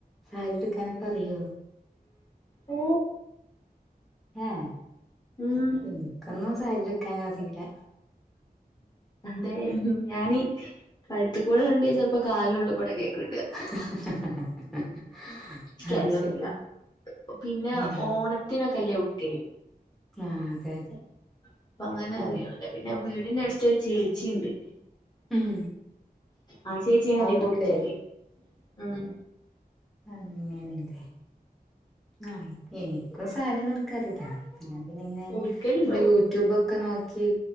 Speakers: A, in the centre; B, on the left (about 25°).
A: സാരി ഉടുക്കാനൊക്കെ അറിയോ?
B: ഓ
A: ഉം
B: ഉം
A: എനിക്കൊന്നും സാരി ഉടുക്കാനറിയില്ല.
B: ദേ, ഞാനീ കഴുത്ത കൂടെ ഇടേണ്ട ചെലപോ കാലിനുള്ളികൂടെ ഏരീക്കും ഇട.
A: <inaudible>
B: എനിക്ക റിയൊന്നില്ല.
A: ശരി
B: പിന്നെ
A: ഉം
B: ഓണത്തിനൊക്കെ അല്ലേ ഉടുക്കല്
A: ആ അതെ അതെ
B: അപ്പ അങ്ങനെ
A: ഉം
B: അറിയണല്ലേ? പിന്നെ, വീടിന്റെ അടുത്തൊരു ചേച്ചി ഉണ്ട്.
A: ഉം
B: ആഹ്, ചേച്ചി ആണ്
A: ആളെടുത്തരോ
B: അധികം ഉടുത്തു തരല്. ഉം
A: അങ്ങനെയ ല്ലേ ആഹ് എനിക്കും സാരിയോ ന്നും ഉടുക്കാനറില്ല. ഞാൻ പിന്നെ ഇങ്ങനെ
B: ഉടുക്കലുണ്ടോ
A: നമ്മ യു യൂട്യൂബൊക്കെ നോക്കി